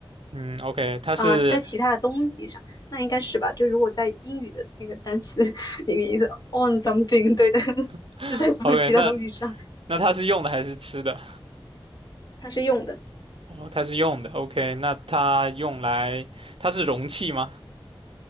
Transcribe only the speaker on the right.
嗯，OK，它是
<laughs>
OK，那那它是用的还是吃的？
哦，它是用的，OK，那它用来，它是容器吗